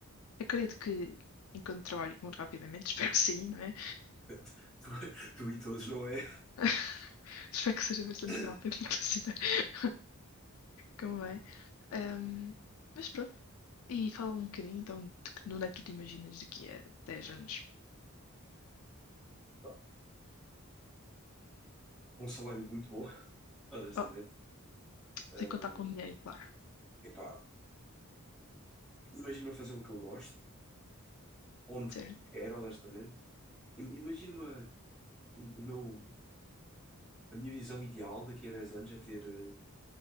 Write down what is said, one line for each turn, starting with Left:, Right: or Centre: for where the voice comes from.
Left: acredito que enquanto trabalho muito rapidamente, <laughs> espero que sim, não é?
Centre: <laughs> tu, tu e todos, não é?
Left: <laughs> Espero que seja bastante
Centre: <coughs>
Left: rápido, inclusive, <laughs> como é. Ahm, mas pronto, e fala um bocadinho então de que- de onde é que tu te imaginas daqui a 10 anos?
Centre: Pá, Um salário muito bom, <laughs> honestamente.
Left: Oh,
Centre: Eh,
Left: sem contar com dinheiro, claro.
Centre: epá, imagina fazer o que eu gosto, onde
Left: Certo,
Centre: quero, honestamente. Im- Imagina-me o, o meu, a minha visão ideal daqui a 10 anos é ter eh,